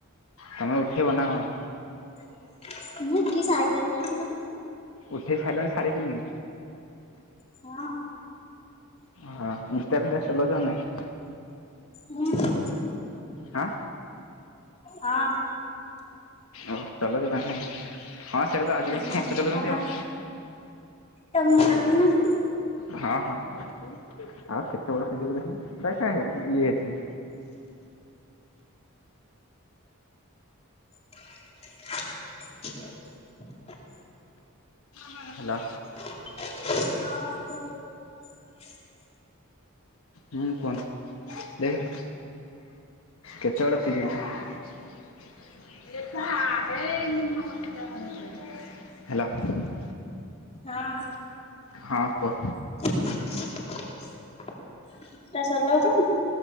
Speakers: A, on the left (about 75°); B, on the left (about 30°).
A: ତମେ ଉଠେଇବ ନା କଣ?
B: <inaudible> ମୁଁ ଉଠାଇ ସାଇଲେନା ଇଆଡେ
A: ଉଠି ସାଇଲଣି ଶାଢ଼ୀ ପିନ୍ଧି?
B: ହଁ।
A: ହଁ। ଇନଷ୍ଟା ଫିନଷ୍ଟା ଚଲଉଛ ନା ନାଇଁ?
B: ହୁଁ।
A: ହାଁ।
B: ହଁ।
A: ଓହ ଚଲଉଛ ତାମାନେ ନାଇକି? ହଁ ସେଇଟା ତ ଆଜିକାଲି
B: ହଁ
A: ସମସ୍ତେ ଚଲୁଛନ୍ତି
B: ତମେ
A: ଆଉ।
B: ତମେ ଚଲଉ ନ କି?
A: ହଁ। ହଁ। ଆଉ କେତେ ବଡ ସିଜିଲ ଦେଖିଲି ଏହେ ଇଏ ସିଏ
B: <inaudible>
A: <unintelligible> ହାଲୋ।
B: <unintelligible> ହଁ କୁହନ୍ତୁ।
A: ହୁଁ କୁହନ୍ତୁ। ଦେଖରେ କେ <unintelligible> <unintelligible> ହେଲ।
B: ହଁ।
A: ହଁ କୁହ।
B: <unintelligible>